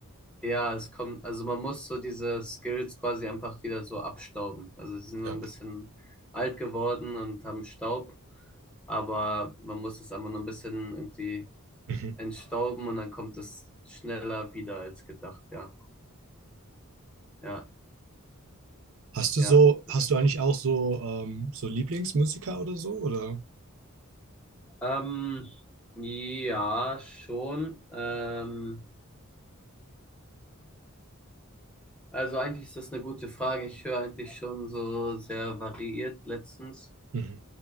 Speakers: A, in the centre; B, on the right.
A: Ja, es kommt, also man muss so diese Skills quasi einfach wieder so abstauben. Also sie sind
B: Ja.
A: so ein bisschen alt geworden und haben Staub, aber man muss es einfach noch ein bisschen irgendwie
B: Mhm.
A: entstauben und dann kommt es schneller wieder als gedacht, ja. Ja,
B: Hast du
A: ja.
B: so,
A: Das.
B: hast du eigentlich auch so, ähm, so Lieblingsmusiker oder so, oder?
A: Ähm, ja, schon. Ähm, also eigentlich ist das eine gute Frage. Ich höre eigentlich schon so sehr variiert letztens.
B: Mhm.